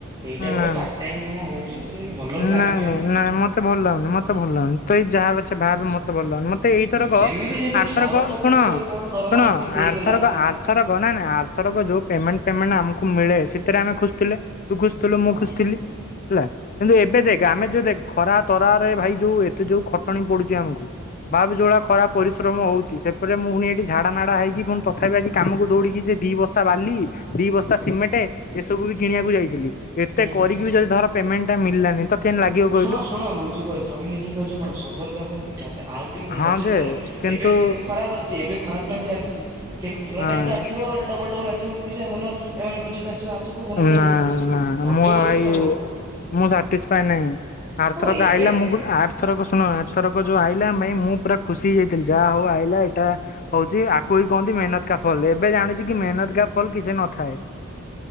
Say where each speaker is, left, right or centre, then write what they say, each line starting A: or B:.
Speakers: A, on the right; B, on the left.
A: ଏଇଟା ଗୋଟେ
B: ନା
A: ପାର୍ଟ ଟାଇମ କାମ ହଉଛି। ଯୋଉଟା କି ଭଲ ବି ଲାଗୁଛି
B: ନାଇଁ
A: ଆମକୁ।
B: ନାଇଁ ନାଇଁ ମତେ ଭଲ ଲାଗୁନି ମତେ ଭଲ ଲାଗୁନି ତୁଏଇ ଯାହା ପଛେ ଭାବେ ମ ମତେ ଭଲ ଲାଗୁନି ମତେ ଏଇଥରକ
A: ସେମିତି ଯଦି
B: ଆର୍ଥରକ
A: ଥରକା ଯଦି
B: ଶୁଣ
A: କଣ ଦରମା
B: ଶୁଣ
A: କାଟିକି ଦେଇଦେଲା
B: ଆର୍ଥରକ ଆର୍ ଏଥରକ ନାଇଁ ନାଇଁ ଆର୍ଥରକ ଯୋଉ ପେମେଣ୍ଟ ଫେମେଣ୍ଟ ଆମକୁ ମିଳେ ସି ସେଥିରେ ଆମେ ଖୋସୁଥିଲେ ତୁଖୋସୁଥିଲୁ ମୁଁ
A: ହଁ
B: ଖୁସିଥିଲି ହେଲା। କିନ୍ତୁ ଏବେ ଦେଖ ଆମେ ଯୋଉ ଦେଖ ଖରା ତରାରେ ଭାଇ ଯୋଉ ଏତେ ଯୋଉ ଖଟଣି ପଡୁଛି ଆମକୁ। ଭାବେ ଯୋଉଡ଼ା ଖରାପ୍ ପରିଶ୍ରମ ହଉଛି ସେପରେ ମୁଁ ପୁଣି ଏଠି ଝାଡ଼ା ନାଡ଼ା ହେଇକି ପୁଣି ତଥାପି ଆଜି କାମକୁ ଦୌଡ଼ିକି ସେ ଦୁଇ ବସ୍ତା ବାଲି ଦି ବସ୍ତା ସିମେଣ୍ଟ ଏସବୁ ବି କିଣିବାକୁ ଯାଇଥିଲି। ଏତେ
A: ହୁଁ
B: କରିକି ବି ଯଦି ଧର ପେମେଣ୍ଟ ଟା ମଳିଲାନି ତ କେମତି ଲାଗିବ କହିଲୁ।
A: ଶୁଣ ଶୁଣ ବୁଝିପାରୁଛି ତମେ ନିଯେ କହିଛ କଣ ସବର କା ଫଲ ମିଠା ହୋଥାଏ ଆଉ ଟିକେ
B: ହଁ
A: ଧର୍ଯ୍ୟ
B: ଯେ
A: ଧର
B: କିନ୍ତୁ
A: ଏବେ ଏବେ ଖରାପ ଆସୁଛି ଏବେ ଖରାପ ଟାଇମ ଚାଲିଛି କେବେ ଭଲ
B: ହଁ
A: ଟାଇମ ତ ଆସିବ ଗୋଟେ ଡବଲ ଡବଲ ଆସ ଆସିବ ପଇସା ଭଲ ଏମାନେ ପ୍ରୋଜେକ୍ଟ ଆସିବ ହାତକୁ ଭଲ ଚାଲିବ
B: ନା ନା
A: ଧୈର୍ଯ୍ୟ
B: ମୁଁ
A: ରଖିଲେ
B: ଭାଇ
A: ସବୁ ହବ।
B: ମୁଁ ସାଟିସଫାଏ ନାହିଁ ଆର୍ଥରକ
A: ହଉ ଏବେ
B: ଆଇିଲା ମୁଁ ଗୋଟେ ଆର୍ଥରକ ଶୁଣ ଆର୍ଥରକ ଯୋଉ ଆଇ ଲା ମାଇ ମୁପୁରା ଖୁସିହେଇ ଯାଇଥିଲି ଯାହାହଉ ଆଇିଲା ଏଇଟା ହଉଛି ଆକୁ ହିଁ କହନ୍ତି ମେହନତ କା ଫଲ ଏବେ ଜାଣୁଛି କି ମେହନତ କା ଫଲ କିଛି ନଥାଏ।